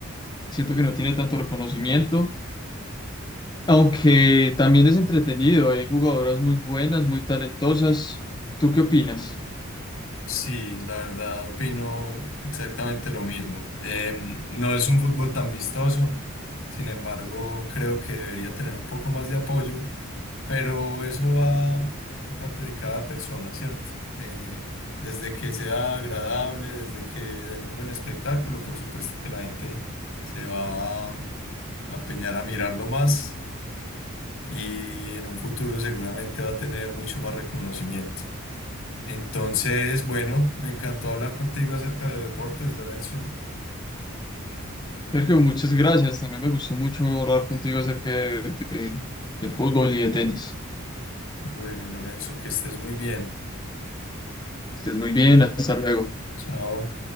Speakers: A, on the left (about 20°); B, on the left (about 70°).
A: Siento que no tiene tanto reconocimiento Aunque también es entretenido, hay jugadoras muy buenas, muy talentosas. ¿Tú qué opinas?
B: Sí, la verdad opino exactamente lo mismo. Em, no es un fútbol tan vistoso, sin embargo creo que debería tener un poco más de apoyo Pero eso va en parte de cada persona, ¿cierto? Eh, desde que sea agradable, desde que den un buen espectáculo, por supuesto que la gente se va a empeñar a mirarlo más y en un futuro seguramente va a tener mucho más reconocimiento. Entonces, bueno, me encantó hablar contigo acerca de deportes, Lorenzo.
A: Sergio, muchas gracias. También me gustó mucho hablar contigo acerca de- de- del fútbol y de tenis.
B: Bueno, Lorenzo, que estés muy bien.
A: Estés muy bien, hasta luego.
B: Chao.